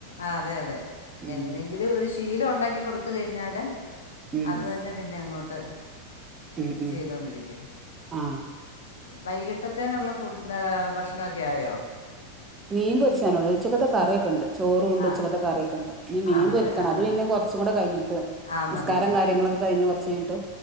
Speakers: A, on the left; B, on the right.
A: ആഹ് അതെ അതെ
B: ഉം
A: എന്തെങ്കിലും ഒരു ശ് ശീലം ഒണ്ടെങ്കി കൊടുത്ത് കഴിഞ്ഞാല്
B: ഉം
A: അതു തന്നെ പിന്നെ അങ്ങോട്ട്.
B: ഉം ഉം
A: ചെയ്തോണ്ടിരിക്കും.
B: ആ
A: വൈകിട്ടത്തേനുള്ള ഫു ഏഹ് ഭക്ഷണൊക്കെ ആയോ?
B: മീൻ പൊരിശാനുള്ളേ ഉച്ചക്കത്തെ കറിയൊക്കെണ്ട് ചോറുംണ്ട്
A: ആ
B: ഉച്ചക്കത്തെ കറിയൊക്കെ ഉണ്ട്. ഇനി മീൻ
A: ആണല്ലേ
B: പൊരിക്കണം
A: ആ
B: അത്
A: ആ
B: പിന്നെ കുറ കുറച്ച് കൂടെ കഴിഞ്ഞിട്ട്,
A: ആ
B: നിസ്കാരം
A: മതിയല്ലോ
B: കാര്യങ്ങളൊക്കെ കഴിഞ്ഞ് കുറച്ച് കഴിഞ്ഞിട്ട്.